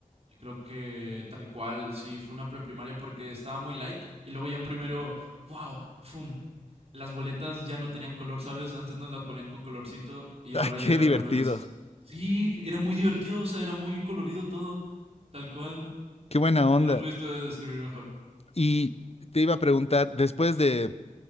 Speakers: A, on the right; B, on the left.
A: Y creo que tal cual, sí, fue una preprimaria porque estaba muy light. Y luego ya en primero, wow, pum. Las boletas ya no tenían color, ¿sabes? Antes nos las ponían con colorcito
B: <laughs>
A: y
B: ¡Ay,
A: ahora
B: qué
A: ya eran
B: divertido!
A: números. Sí, era muy divertido, o sea, era muy colorido todo, tal cual.
B: ¡Qué buena onda!
A: No lo pudiste describir mejor.
B: Y te iba a preguntar, después de